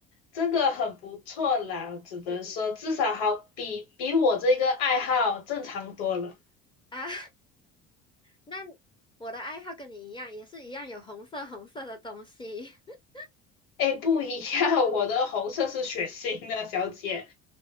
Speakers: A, on the left (about 85°); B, on the left (about 15°).
A: 真的很不错啦，只能说至少好比比我这个爱好正常多了。
B: 嗯嗯，啊。那我的爱好跟你一样，也是一样有红色红色的东西。<laughs>
A: 诶，不一样，<laughs> 我的红色是血腥的，小姐。